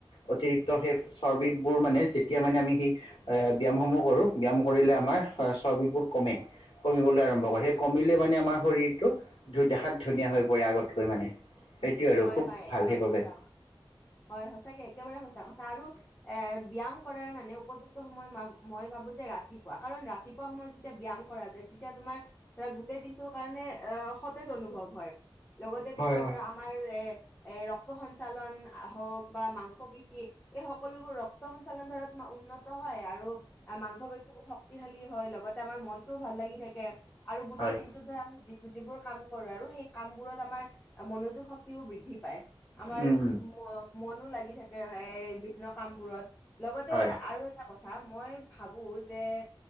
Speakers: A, on the left (about 80°); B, on the left (about 20°).
A: অতিৰিক্ত সেই- চৰ্বিতবোৰ মানে যেতিয়া মানে আমি সেই ব্যায়ামসমূহ কৰোঁ ব্যায়াম কৰিলে আমাৰ। চৰ্বিবোৰ কমে- কমিবলৈ আৰম্ভ কৰে সেই কমিলে মানে আমাৰ শৰীৰটো দেখাত ধুনীয়া হৈ পৰে আগতকৈ মানে। সেইটোৱে আৰু
B: হয়
A: খুব
B: হয়
A: ভাল
B: একেবাৰে
A: কৰিলে-
B: সঁচা হয় সঁচাকে একেবাৰে সঁচা কথা আৰু- এ ব্যায়াম কৰাৰ মানে উপযুক্ত সময় মই ভাবো যে ৰাতিপুৱা কাৰণ। ৰাতিপুৱা সময়ত যেতিয়া ব্যায়াম কৰা যায় তেতিয়া তোমাৰ- ধৰা গোটেই দিনটো কাৰণে অ সতেজ অনুভৱ হয় লগতে
A: হয়
B: তোমাৰ
A: হয়
B: ধৰা আমাৰ এ- ৰে ৰক্ত সঞ্চালন হওক বা মাংস পেশী- এই সকলোবোৰ ৰক্ত সঞ্চালন ধৰা তোমাৰ উন্নত। হয় আৰু মাংস পেশীৰ শক্তিশালী হয় লগতে আমাৰ মনটোও ভাল লাগি থাকে। আৰু গোটেই
A: হয় হয়
B: দিনটোত ধৰা আমি যি যিবোৰ কাম কৰোঁ আৰু সেই কাম বোৰত আমাৰ মনোযোগ। শক্তিও বৃদ্ধি পায় আমাৰ
A: উম, উম,
B: মনো লাগি থাকে এ বিভিন্ন কামবোৰত। লগতে
A: হয়
B: আৰু এটা কথা মই ভাবো যে-